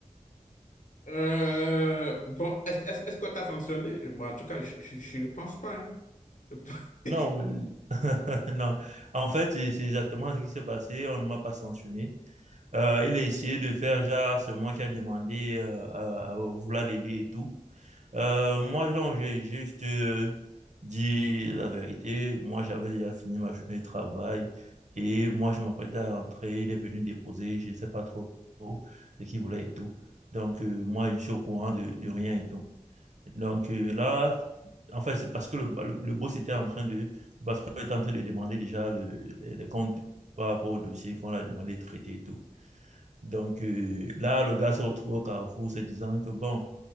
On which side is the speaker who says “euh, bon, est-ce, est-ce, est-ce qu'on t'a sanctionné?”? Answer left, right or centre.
Left